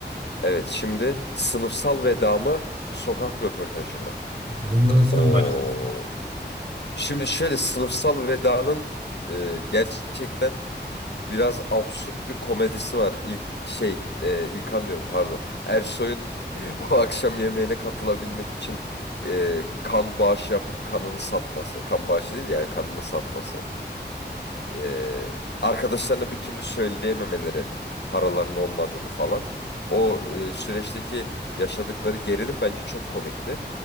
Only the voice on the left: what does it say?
Evet, şimdi sınıfsal veda mı, sokak röportajı mı?
Oo.
Şimdi şöyle sınıfsal vedanın e, gerçekten biraz absürt bir komedisi var. İlk şey, e, İlkan diyorum pardon. Ersoy'un <laughs> o akşam yemeğine katılabilmek için e, kan bağışı yapıp kanını satması. Kan bağışı değil yani kanını satması. E, arkadaşlarına bir türlü söyleyememeleri, paralarının olmadığını falan. O e, süreçteki yaşadıkları gerilim bence çok komikti.